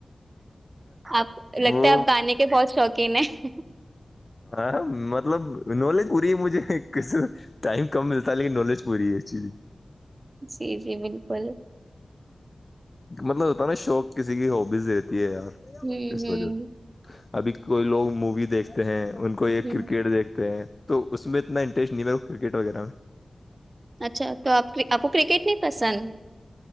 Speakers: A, on the right; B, on the left.
A: آپ لگتا
B: وہ
A: ہے آپ گانے کے بہت شوقین ہیں ج <unintelligible>
B: ہ مطلب نالج ہو رہی ہے مجھے ک ٹائم کم ملتا تل کہ نج پوری جئیی
A: جی جی بالکل
B: مطلب ہوتا ہے نا شوق کسی کی ہبیز دیتی ہے یار
A: ہ
B: اسس
A: ہ
B: و ابھی کوئی لوگ مووی دیکھتے ہیں ان کو ایک
A: ہ
B: کرکٹ دیکھتے ہیں تو اس میں اتنا انٹرسٹ نہیں م کرکٹ وغیرہ میں <unintelligible>
A: اچھا تو آپ آپ کو کرکٹ نہیں پسند